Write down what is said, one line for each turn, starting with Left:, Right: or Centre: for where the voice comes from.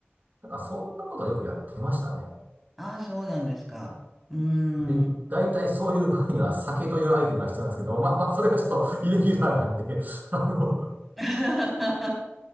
Right: なんかそんなことはよくやってましたね。
Centre: ああ、そうなんですか。うー
Right: で、
Centre: ん。
Right: 大体そういう場合には酒というアイテムが必要なんですけど、まあまあ、それはちょっとイレギュラーなんで、あの、
Centre: <laughs> あ